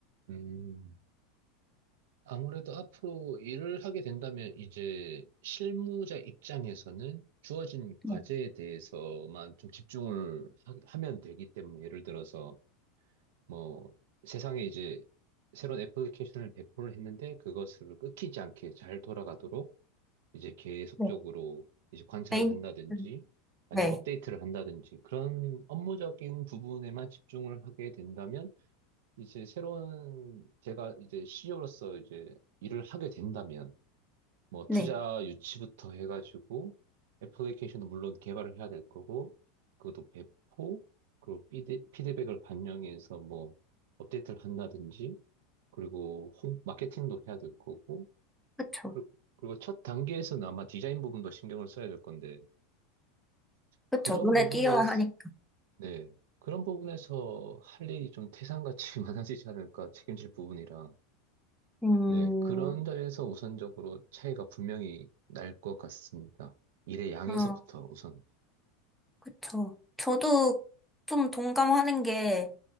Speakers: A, on the right; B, in the centre.
A: 음. 아무래도 앞으로 일을 하게 된다면 이제 실무자 입장에서는 주어진 과제에
B: 네,
A: 대해서만 좀 집중을 하, 면 되기 때문에 예를 들어서 뭐 세상에 이제 새로운 애플리케이션을 배포를 했는데 그것을 끊기지 않게 잘 돌아가도록 이제 계속적으로
B: 네.
A: 이제 관찰을
B: 메인
A: 한다든지
B: 음,
A: 아니면
B: 네,
A: 업데이트를 한다든지 그런 업무적인 부분에만 집중을 하게 된다면 이제 새로운 제가 이제 CEO로서 이제 일을 하게 된다면 뭐
B: 네,
A: 투자 유치부터 해가지고 애플리케이션도 물론 개발을 해야 될 거고 그것도 배포 그리고 피드, 피드백을 반영해서 뭐 업데이트를 한다든지 그리고 홍, 마케팅도 해야 될 거고
B: 그쵸,
A: 그리고, 그리고 첫 단계에서는 아마 디자인 부분도 신경을 써야 될 건데
B: 그쵸.
A: 그런
B: 눈에
A: 부분에서
B: 띄어야 하니까.
A: 네 그런 부분에서 할 일이 좀 태산같이 <laughs> 많아지지 않을까 책임질 부분이라
B: 음,
A: 네, 그런 점에서 우선적으로 차이가 분명히 날 것 같습니다. 일의 양에서부터
B: 아,
A: 우선.
B: 그쵸. 저도 좀 동감하는 게